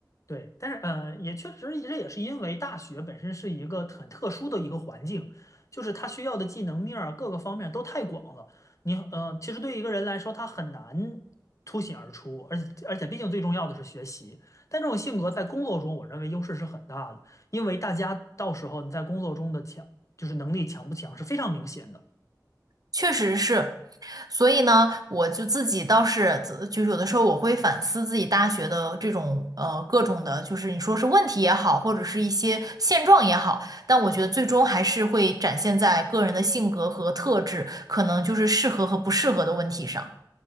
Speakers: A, on the left (about 45°); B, on the right (about 60°).
A: 对，但是嗯，也确实，这也是因为大学本身是一个很特殊的一个环境，就是它需要的技能面儿啊各个方面都太广了。你嗯，其实对一个人来说，他很难凸显而出，而且而且，毕竟最重要的是学习。但这种性格在工作中，我认为优势是很大的，因为大家到时候你在工作中的强，就是能力强不强是非常明显的。
B: 确实是，所以呢，我就自己倒是自就是有的时候我会反思自己大学的这种呃各种的，就是你说是问题也好，或者是一些现状也好，但我觉得最终还是会展现在个人的性格和特质，可能就是适合和不适合的问题上。